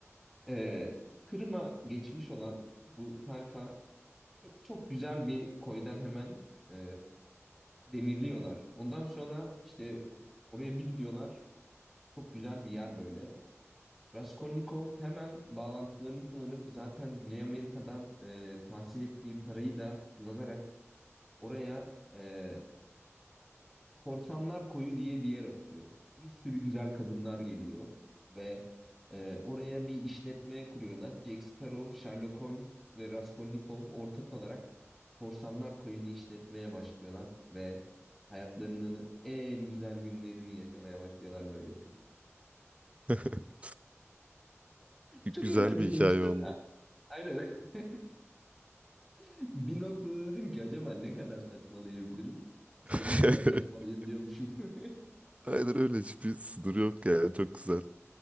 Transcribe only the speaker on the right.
<laughs>
Güzel
bir hikaye oldu.
<laughs>
Aynen öyle hiçbir sınır yok yani çok güzel.